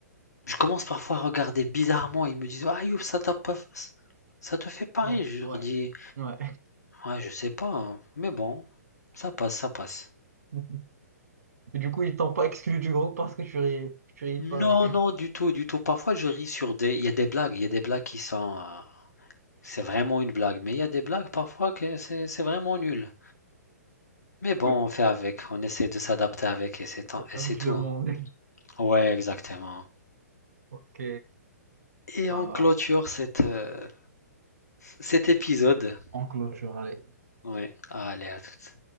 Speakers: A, on the left; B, on the right.
A: je commence parfois à regarder bizarrement. Ils me disent, ah Youp, ça t'a pas, ça te fait pareil.
B: Ouais,
A: Je leur
B: ouais,
A: dis,
B: ouais.
A: ouais, je sais pas, hein, mais bon, ça passe, ça passe.
B: <laughs> Et Du coup, ils t'ont pas exclu du groupe parce que tu riais, tu riais
A: Non,
B: pas avec,
A: non, du tout, du tout. Parfois, je ris sur des, il y a des blagues, il y a des blagues qui sont, euh, c'est vraiment une blague, mais il y a des blagues parfois que c'est, c'est vraiment nul. Mais bon,
B: <laughs>
A: on fait avec, on essaie de s'adapter avec et c'est, et
B: avec
A: c'est tout,
B: le monde.
A: hein. Ouais, exactement.
B: Ok,
A: Et
B: bah,
A: on clôture cette, euh, cet épisode.
B: on clôture.
A: Ouais, allez, à toutes.